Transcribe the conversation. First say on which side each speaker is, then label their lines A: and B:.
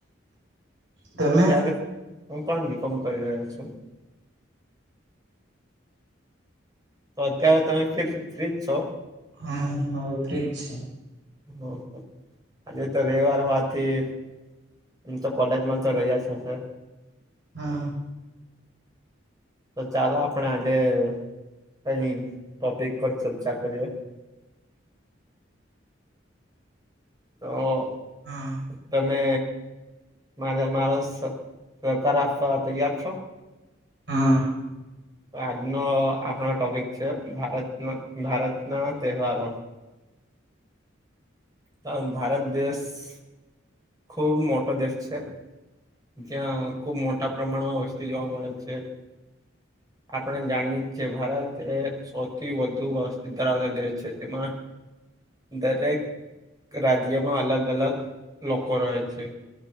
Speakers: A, on the right; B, on the right.
A: તમે
B: ત્યારે હું પણ બીકોમ કરી રહ્યો છું. તો અત્યારે તમે ફર ફ્રીજ છો.
A: હા હા હવે ફ્રીજ છે.
B: હ આજે તો રવવાર હોવાથી. તમ તો કોલેજમાં તો રજા છે સર.
A: હા.
B: તો ચાલો આપણે આજે કઈ ટોપિક પર ચર્ચા કરીએ. તો.
A: હા.
B: તમે મારે મારો સહકાર આપવા તૈયાર છો.
A: હા.
B: આજનો આપણો ટોપિક છે ભારત ભારત ના તહેવારો. તો ભારત દેશ. ખૂબ મોટો દેશ છે. જ્યાં ખુબ મોટા પ્રમાણમાં વસ્તી જોવા મળે છે. આપણે જાણીએ જ છીએ ભારત એ સૌથી વધુ વસ્ ધરાવતા દેશ છે તેમાં. દરેક રાજ્યમાં અલગ અલગ લોકો રહે છે.